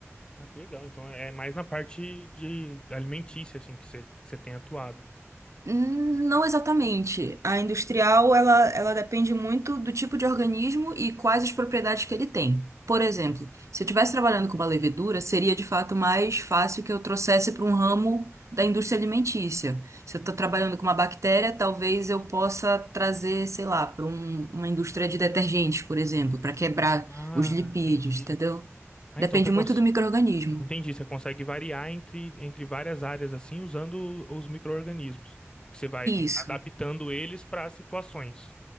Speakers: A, on the left; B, on the right.
A: Ah, que legal. Então é mais na parte de alimentícia, assim, que você, que você tem atuado.
B: Hum, Não exatamente. A industrial, ela, ela depende muito do tipo de organismo e quais as propriedades que ele tem. Por exemplo, se eu estivesse trabalhando com uma levedura, seria de fato mais fácil que eu trouxesse para um ramo da indústria alimentícia. Se eu estou trabalhando com uma bactéria, talvez eu possa trazer, sei lá, para um- uma indústria de detergentes, por exemplo, para quebrar
A: Ah,
B: os lipídios,
A: entendi.
B: entendeu?
A: Ah,
B: Depende
A: então você
B: muito
A: consegue.
B: do micro-organismo.
A: Entendi, você consegue variar entre, entre várias áreas, assim, usando os micro-organismos. Que Você vai
B: Isso,
A: adaptando eles para situações.